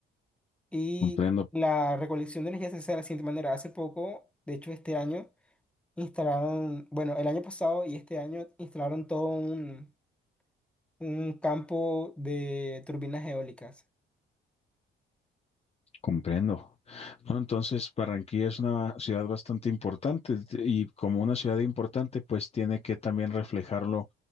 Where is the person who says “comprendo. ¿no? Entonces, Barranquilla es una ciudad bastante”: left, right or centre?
Left